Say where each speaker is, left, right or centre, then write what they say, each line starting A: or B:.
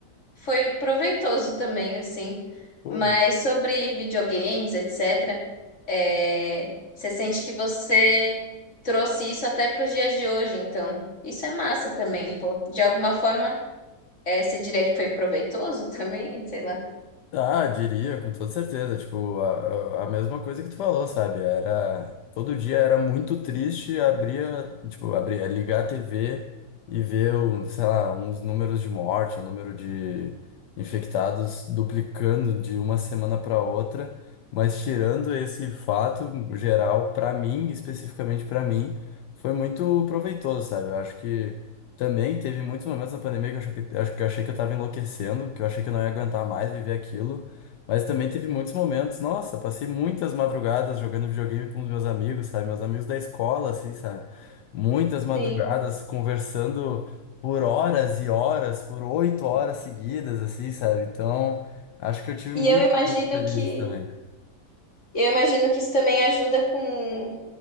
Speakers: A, on the left; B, on the left.
A: foi proveitoso também, assim.
B: Pô,
A: Mas sobre videogames, etc., é, você sente que você trouxe isso até para os dias de hoje, então. Isso é massa também, pô. De alguma forma, é, você diria que foi proveitoso <laughs> também, sei lá.
B: Ah, diria, com toda certeza. Tipo, a, a a mesma coisa que tu falou, sabe? Era. Todo dia era muito triste, abria, tipo, abria, ligar a TV e ver, um, sei lá, uns números de morte, o número de infectados duplicando de uma semana para outra. Mas tirando esse fato geral, para mim, especificamente para mim, foi muito proveitoso, sabe? Eu acho que. Também teve muitos momentos na pandemia que eu, achei que, acho que eu achei que eu tava enlouquecendo, que eu achei que eu não ia aguentar mais viver aquilo. Mas também teve muitos momentos, nossa, passei muitas madrugadas jogando videogame com os meus amigos, sabe? Meus amigos da escola, assim, sabe? Muitas madrugadas
A: Sim.
B: conversando por horas e horas, por oito horas seguidas, assim, sabe? Então, acho que eu tive
A: E
B: muitos
A: eu imagino
B: momentos felizes
A: que
B: também.
A: eu imagino que isso também ajuda com,